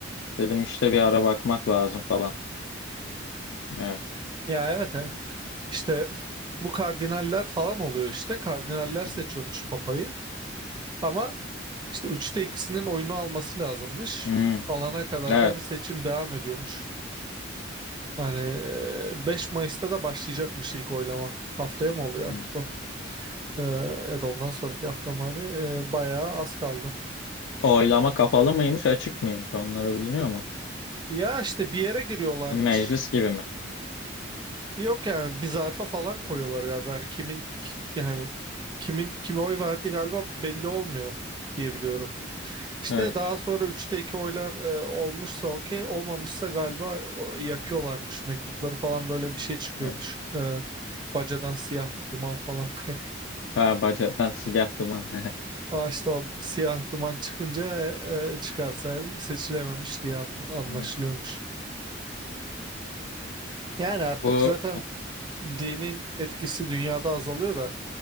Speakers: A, on the left (about 70°); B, on the right (about 25°).
A: Dedim işte bir ara bakmak lazım falan. Evet.
B: Ya evet evet. İşte bu kardinaller falan oluyor işte. Kardinaller
A: Hı
B: seçiyormuş
A: hı.
B: papayı. Ama işte 3'te ikisinin oyunu alması lazımmış.
A: Hı hı.
B: Alana kadar
A: Evet.
B: da hani seçim devam ediyormuş. Hani e, 5 Mayıs'ta da başlayacakmış ilk oylama. Haftaya mı oluyor
A: Hı.
B: artık o? E, ya da ondan sonraki hafta mı hani e, bayağı az kaldı.
A: Oylama kapalı mıymış, açık mıymış? Onları biliniyor mu?
B: Ya işte bir yere giriyorlarmış.
A: Meclis gibi mi?
B: Yok yani bir zarfa falan koyuyorlar galiba. Hani kimin yani kimin kime oy verdi galiba belli olmuyor diye biliyorum. İşte
A: Evet.
B: daha sonra 3'te 2 oylar e, olmuşsa okey olmamışsa galiba o, yakıyorlarmış mektupları falan böyle bir şey çıkıyormuş.
A: Evet.
B: E, bacadan siyah duman falan. <laughs>
A: Ha bacadan silahlı mı?
B: Aa, işte o siyah duman çıkınca e, e, çıkarsa yani seçilememiş diye an- anlaşılıyormuş.
A: <laughs>
B: Yani artık
A: Bu
B: zaten dinin etkisi dünyada azalıyor da